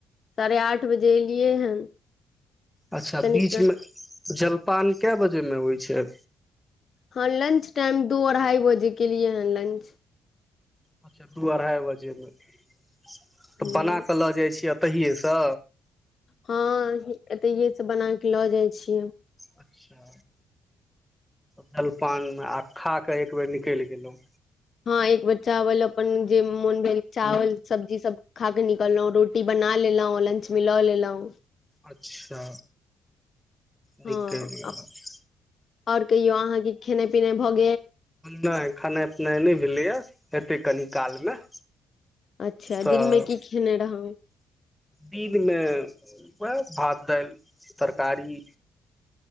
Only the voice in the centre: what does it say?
अच्छा
बीच में जलपान कए बजे में होइ छैइ
अच्छा दू अढ़ाई बजे में तऽ
बना कऽ लऽ जाइ छीयै एतहिएसँ
अच्छा जलपान मे आ खा के एक बेेर निकलि गेलहुं
अच्छा निकलि
गेलहुँ
नहि खेनाइ पिनाइ नहि भेलैएा हेतै कनि कालमे
तऽ
दिनमे उएह भात दालि तरकारी